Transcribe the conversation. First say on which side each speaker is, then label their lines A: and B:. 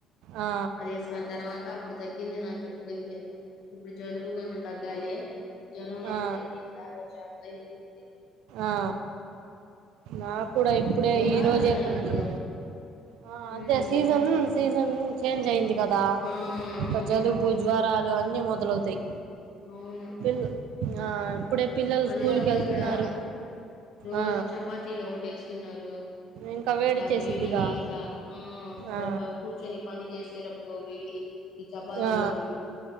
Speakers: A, on the right; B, on the left.
A: ఆ
B: అది వేసుకుని తర్వాత ఇప్పుడు తగ్గింది నాకు ఇప్పుడు ఇప్పుడు జలుబు కొంచెం తగ్గాలి రమైతే
A: ఆ
B: తగ్గింది ఆ రోజు ఆ <unintelligible>
A: ఆ నా కూడా ఇప్పుడే
B: జ్వరాలు
A: ఈ రోజే
B: ఉన్నాయి
A: కొంచం
B: ఇప్పుడు
A: ఆ అదే
B: ఉమ్
A: సీజన్ సీజన్ చేంజ్ అయింది కద్ దా
B: ఆ అవును
A: జలుబు జ్వరాలు అన్నిీ మొదలవుతాయి
B: అవును
A: పిల్ ఆ ఇప్పుడే పిల్లలు
B: అదే
A: స్కూల్
B: కాక
A: కి వెళ్తున్నారు
B: ఇక్కడ రోజు
A: ఆ
B: చపాతీలు ఒకటిేస్తున్నారు
A: ఇంకా వేడి
B: అట్లా
A: చేసిద్దిగా
B: వేడికి ఇంకా ఆ ఏక్కడ
A: ఆ
B: ప కూర్చొని పని చేసేటప్పుడు వేడి ఈ చపాతిలోక
A: ఆ
B: వేడి